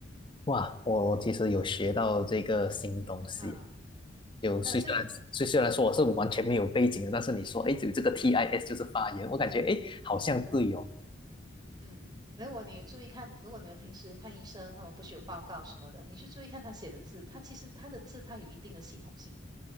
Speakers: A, on the left (about 25°); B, on the right (about 20°).
A: 哇，我我其实有学到这个新东西，
B: 啊。
A: 就虽虽然虽虽然说我是完全没有背景的，
B: 但所以
A: 但是你说，哎，有这个 TIS 就是发言，我感觉，哎，好像对哦。
B: 嗯，如果你有注意看，如果你们平时看医生，他们不是有报告什么的，你去注意看他写的字，他其实他的字他有一定的系统性的。